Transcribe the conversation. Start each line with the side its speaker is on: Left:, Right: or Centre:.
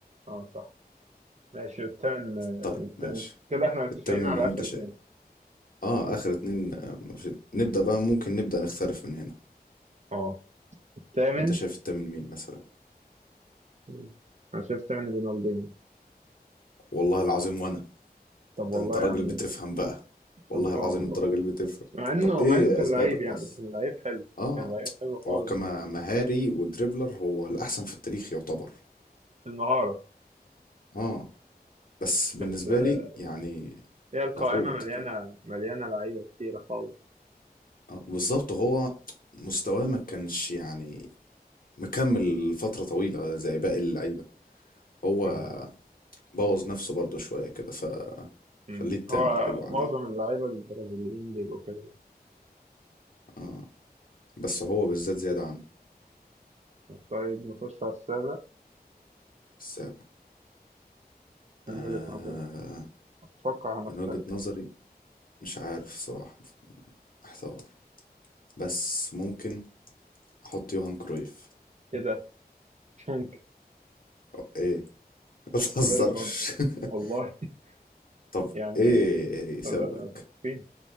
Right: اه صح ماشي والثامن آه،
Left: طيب
Right: من الثامن
Left: ماشي
Right: كده احنا متفقين
Left: التامن
Right: على
Left: انت
Right: آخر
Left: شايف
Right: اتنين
Left: اه اخر اتنين آه، مفيش- نبدأ بقى ممكن نبدأ نختلف من هنا
Right: اه الثامن
Left: انت شايف التامن مين مثلا
Right: مم. انا شايف تمني رونالدينيو
Left: والله العظيم وانا
Right: طب
Left: ده
Right: والله
Left: انت راجل
Right: يعني
Left: بتفهم بقى والله
Right: طب
Left: العظيم
Right: اه والله
Left: انت راجل بتفهم
Right: مع انه
Left: طب ايه
Right: مع انه كان
Left: اسبابك
Right: لعيب يعني
Left: بس
Right: كان لعيب حلو
Left: اه
Right: كان لعيب حلو خالص
Left: هو كما مهاري ودريبلر هو الاحسن في التاريخ يعتبر
Right: المهارة
Left: اه بس بالنسبه
Right: بس آه،
Left: لي يعني
Right: هي القائمة
Left: اقول انت
Right: مليانة
Left: اتفضل
Right: مليانة لعيبة كتيرة خالص
Left: اه بالظبط هو مستواه ما كانش يعني مكمل فتره طويله زي باقي اللعيبه هو
Right: أيوة.
Left: بوظ نفسه برضه شويه كده ف
Right: أمم.
Left: خليه التامن
Right: هو
Left: حلو عليه
Right: معظم اللعيبة البرازيليين بيبقوا كده
Left: اه بس هو بالذات زياده عنه
Right: طيب نخش على السابع
Left: السابع
Right: من
Left: آه
Right: وجهة نظري أتوقع هنختلف
Left: من وجهة نظري مش عارف الصراحة محتار بس ممكن أحط يوهان كرويف
Right: إيه ده؟ ممكن
Left: أو إيه <laughs> ما تهزرش
Right: كرويف أصلا
Left: <laughs>
Right: والله <laughs>
Left: طب
Right: يعني
Left: إيه سببك؟
Right: طب ده احنا متفقين